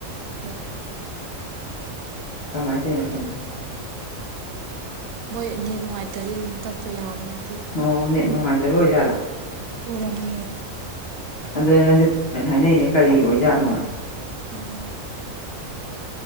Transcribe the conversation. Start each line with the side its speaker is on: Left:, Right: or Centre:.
Right: ꯍꯣꯏ
Left: ꯀꯥꯏ ꯇꯅꯦ ꯈꯦ
Right: ꯃꯣꯏ ꯅ ꯅꯨꯡꯉꯥꯏꯇꯗꯤ ꯑꯗꯨꯝ ꯇꯠꯄ ꯌꯥꯎꯒꯅꯦ
Left: ꯑꯣ ꯅꯠ ꯅꯨꯡꯉꯥꯏꯇꯕ ꯑꯣꯏꯖꯂ
Right: ꯑꯣꯏꯔꯝꯅꯤꯌꯦ
Left: ꯑꯗꯨ ꯔꯟꯖꯤꯅꯤ ꯍꯥꯏꯅꯩꯅꯦ ꯀꯔꯤ ꯑꯣꯏꯖꯥꯠꯅꯣ
Right: ꯎꯝ